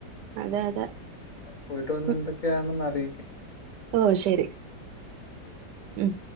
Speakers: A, on the right; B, on the left.
A: അതെ അതെ
B: പോയിട്ട് വന്ന്
A: ഉം.
B: എന്തൊക്കെയാണെന്ന് അറിയിക്ക്‌
A: ഓ ശരി ഉം